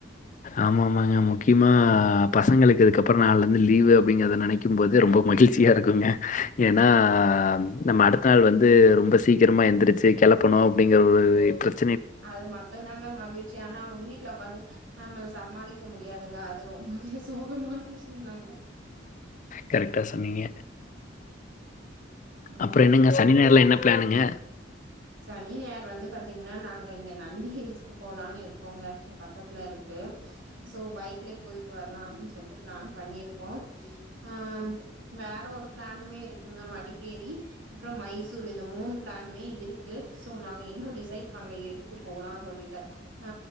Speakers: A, on the left; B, on the right.
A: ஆமாமாங்க முக்கியமா பசங்களுக்கு அதுக்கப்புற நால்லருந்து லீவு அப்டிங்குறத நெனைக் கும்போது ரொம்ப மகிழ்ச்சியா இருக்குங்க ஏன்னா நம்ம அடுத்த நாள் வந்து ரொம்ப சீக்கிரமா எந்திரிச்சு கெளப்பணு அப்டிங்கற ஒரு இன்ட்ரஸ்
B: அது மட்டுந்தாங்க மகிழ்ச்சி ஆனா அவ வீட்ல உக்காந்து நம்ம சமாளிக்க முடியாதுங்க அது ரொம்பவே சோகமான விஷயந்தாங்க
A: கரெக்டா சொன்னீங்க
B: ம்
A: அப்புற என்னங்க சனி நாயிறுல என்ன பிளானுங்க
B: சனி நாயிறு வந்து பாத்தீங்கன்னா நாங்க இங்க நந்தி ஹில்ஸ்க்கு போலான்னு இருக்கோங்க இங்க பக்கத்துல இருக்கு சோ பைக்லே போய்ட்டு வர்லா அப்டின்னு சொல்லிட்டு பிளான் பண்ணிருக்கோம் ஆ வேற ஒரு பிளானுமே இருக் இருக்குங்க மடிக்கேரி அப்புறொ மைசூரு இந்த மூனு பிளானுமே இருக்கு சோ நாங்க இன்னும் டிசைட் பண்ல எதுக்கு போலான் சொல்லிட்டு ஆ